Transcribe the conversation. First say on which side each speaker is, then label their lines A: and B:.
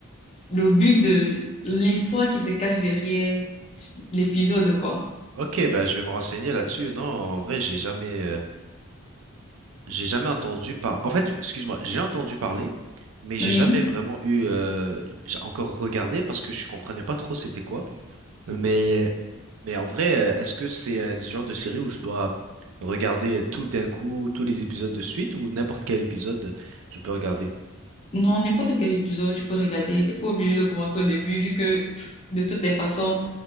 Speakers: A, on the left; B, on the right.
A: le but de l'histoire qui se cache derrière l'épisode, quoi.
B: Ok, bah je vais me renseigner là-dessus. Non, en vrai, j'ai jamais. euh, J'ai jamais entendu par... En fait, excuse-moi, j'ai entendu parler, mais j'ai
A: Oui.
B: jamais vraiment eu... euh, J'ai encore regardé parce que je comprenais pas trop c'était quoi. Mais, mais en vrai, euh, est-ce que c'est euh, ce genre de série où je dois regarder tout d'un coup, tous les épisodes de suite, ou n'importe quel épisode, je peux regarder?
A: Non, n'importe quel épisode, tu peux regarder. T'es pas obligé de commencer au début, vu que pff, de toutes les façons,